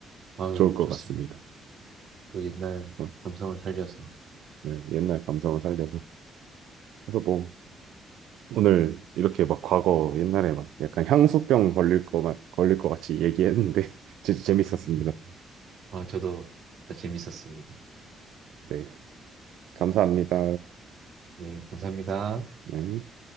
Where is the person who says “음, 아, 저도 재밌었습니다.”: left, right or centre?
Right